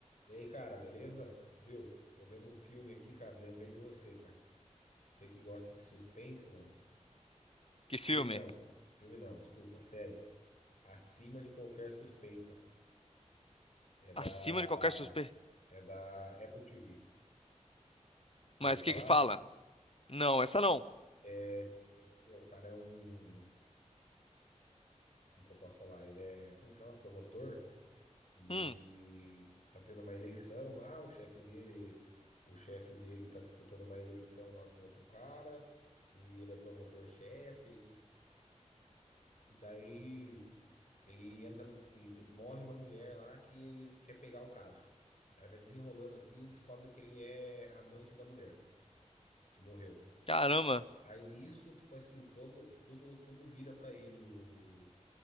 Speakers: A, on the left; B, on the left.
A: E aí, cara, beleza? Viu? Tô vendo um filme aqui, cara. Lembrei de você, cara. Você que gosta de suspense, mano.
B: Que
A: Filme
B: filme?
A: não. Filme não, desculpa, série. Acima de qualquer suspeita. É da.
B: Acima de qualquer suspeita.
A: É da Apple TV. Já
B: Mas
A: ouviu falar?
B: o que que fala? Não, essa não.
A: É. Meu, o cara é um. Como que eu posso falar? Ele é. Como que chama? Promotor. E
B: Hum,
A: tá tendo uma eleição lá. O chefe dele. O chefe dele tá disputando uma eleição lá com outro cara. E ele é promotor-chefe. E daí ele entra num. E, e morre uma mulher lá que ele quer pegar o caso. Aí vai desenrolando assim e descobre que ele é amante da mulher que morreu.
B: caramba.
A: Aí nisso, tipo assim, todo, tudo, tudo vira pra ele. O,